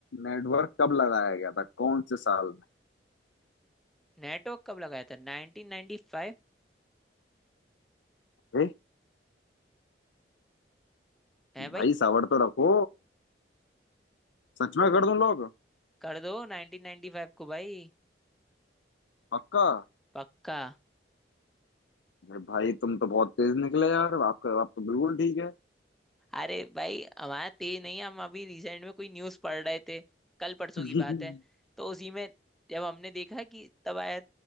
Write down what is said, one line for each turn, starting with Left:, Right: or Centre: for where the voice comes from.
Left: नेटवर्क कब लगाया गया था कौन से साल
Centre: नेटवर्क कब लगाया था 1995
Left: में ए,
Centre: है भाई
Left: भाई सावर तो रखो सच में कर दूं लोग
Centre: कर दो 1995 को भाई
Left: पक्का
Centre: पक्का
Left: अरे भाई तुम तो बहुत तेज निकले यार आपका आप तो बिल्कुल ठीक
Centre: अरे भाई हमारा तेज नहीं है हम अभी रिसेंट में कोई न्यूज़ पढ़ रहे थे कल परसों
Left: है <laughs>
Centre: की बात है तो उसी में जब हमने देखा कि तब आया